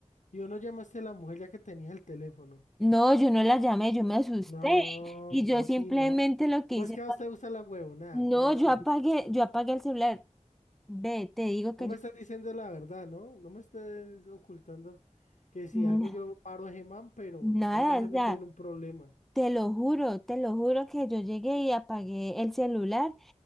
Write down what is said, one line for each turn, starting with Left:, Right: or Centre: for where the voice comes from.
Left: Y vos no llamaste a la mujer ya que tenías el teléfono.
Centre: No, yo no la llamé, yo me asusté
Left: No,
Centre: y yo
Left: vos
Centre: simplemente
Left: sí, no.
Centre: lo que
Left: Pues
Centre: hice
Left: que a
Centre: fue,
Left: vos te gusta la huevonada,
Centre: no,
Left: ¿cómo así?
Centre: yo apagué, yo apagué el celular. Ve, te digo
Left: Vos
Centre: que
Left: me
Centre: yo
Left: estás diciendo la verdad, ¿no? No me estés ocultando que si
Centre: na-
Left: algo yo paro a Gemán, pero
Centre: nada,
Left: no me vas a
Centre: o sea,
Left: meter en un problema.
Centre: te lo juro, te lo juro que yo llegué y apagué el celular